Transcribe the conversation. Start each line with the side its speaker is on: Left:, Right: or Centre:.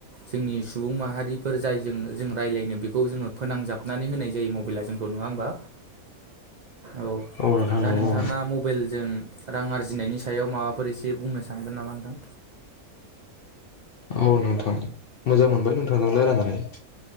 Right: जोंनि सुबुं माहारिफोर जायजों जों रायज्लायनो बेखौ जोंङो फोनांजाबनानै होनाय जायो मबाइला जोंखौ। नङा होमबा?
Left: <unintelligible>
Right: औ दा
Left: नंगौ
Right: नोंथाङा मबाइलजों रां आरजिनायनि सायाव माबाफोर एसे बुंनो सानगोन नामा नोंथां?
Left: औ नोंथां मोजां मोनबाय नोंथांजोंलाय लायरायनानै।